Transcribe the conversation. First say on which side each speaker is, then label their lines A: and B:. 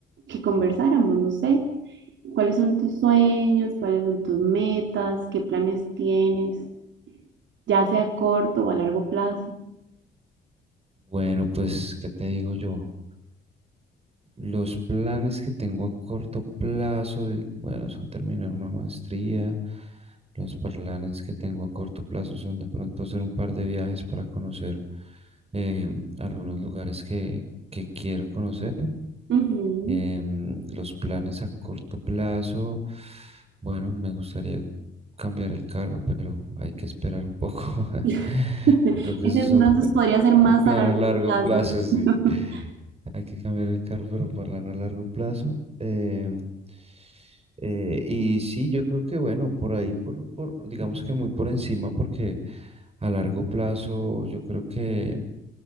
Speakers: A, on the right (about 70°); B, on the right (about 30°).
A: que conversáramos, no sé, cuáles son tus sueños, cuáles son tus metas, qué planes tienes, ya sea a corto o a largo plazo.
B: Bueno, pues, ¿qué te digo yo? Los planes que tengo a corto plazo, de- bueno, son terminar una maestría. Los planes que tengo a corto plazo son de pronto hacer un par de viajes para conocer eh, algunos lugares que, que quiero conocer.
A: Ujú.
B: Em, los planes a corto plazo, bueno, me gustaría cambiar el carro, pero hay que esperar un poco. <laughs>
A: <laughs>
B: Yo creo que
A: Ese
B: eso
A: entonces
B: es un
A: podría ser más
B: un plan
A: a largo
B: a largo
A: plazo.
B: plazo, sí.
A: <laughs>
B: Hay que cambiar el carro, pero plan a largo plazo. Em, eh, y sí, yo creo que bueno, por ahí, por, por, digamos que muy por encima, porque a largo plazo yo creo que